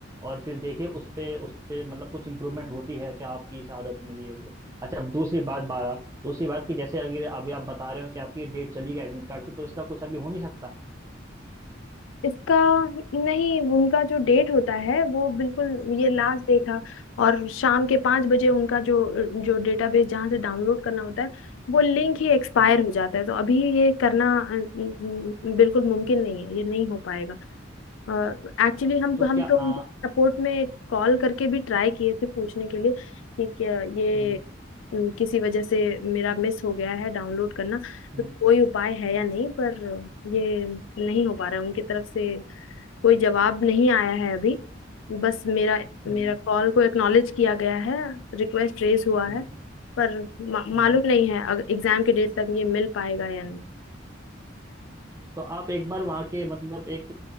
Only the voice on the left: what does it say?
इसका नहीं उनका जो डेट होता है वो बिल्कुल ये लास्ट
देखा और शाम के पाँच बजे उनका जो जो डेटाबेस जहाँ से डाउनलोड करना होता है वो लिंक ही एक्सपायर
हो जाता है तो अभी ये करना अ, अ, अ, बिल्कुल मुमकिन
नहीं है ये नहीं हो पाएगा एक्चुअली
हम
हम
तो उनके सपोर्ट में कॉल करके भी ट्राई किए थे पूछने के लिए कि क्या ये
अम, किसी वजह से मेरा मिस हो गया है डाउनलोड करना
तो कोई उपाय है या
नहीं पर ये नहीं हो पा रहा है उनकी तरफ से कोई जवाब नहीं आया है अभी बस मेरा
मेरा कॉल को एक्नॉलेज किया गया है रिक्वेस्ट रेज हुआ है
पर मा, मालूम
नहीं है अगर एग्जाम के डेट तक ये मिल पाएगा या नहीं